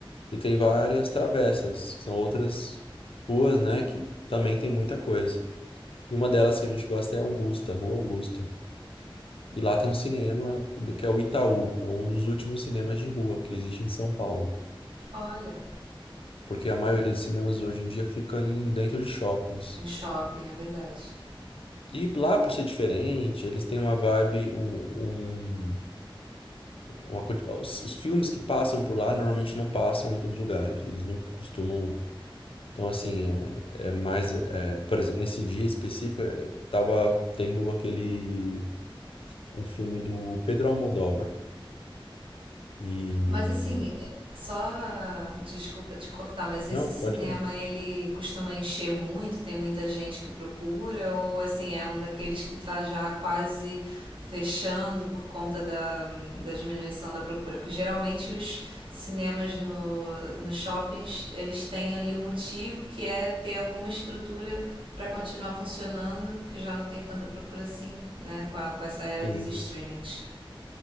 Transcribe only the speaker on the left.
E tem várias travessas, são outras ruas, né, que também tem muita coisa. E uma delas que a gente gosta é Augusta, Rua Augusta. E lá tem um cinema do que é o Itaú, é um dos últimos cinemas de rua que existe em São Paulo.
Porque a maioria dos cinemas hoje em dia fica em, dentro de shoppings.
E lá, por ser diferente, eles têm uma vibe, um, um- uma, co- os, os filmes que passam por lá normalmente não passam em outros lugares. Eles não costumam. Então, assim, é, é mais. é, por exemplo, nesse dia específico, é, tava tendo aquele. Um filme do Pedro Almodóvar. E.
Não,
pode falar.
Sim.